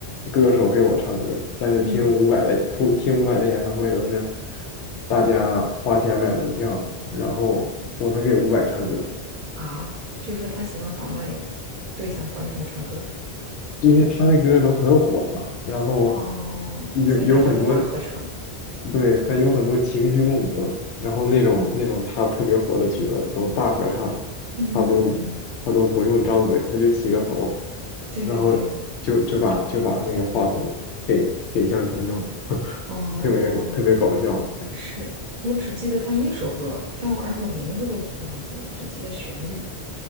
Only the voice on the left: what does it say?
歌手给我唱歌，但是听伍佰的听听伍佰的演唱会都是
大家花钱买门票，然后我们给伍佰唱歌，
因为他那歌都很火嘛，然后
有有很多
对，还有很多情绪共鸣，然后那种那种他特别火的曲子都大合唱，
他都他都不用张嘴，他就起个头，
然后就就把就把那个话筒给给向观众，<laughs>
特别搞特别搞笑，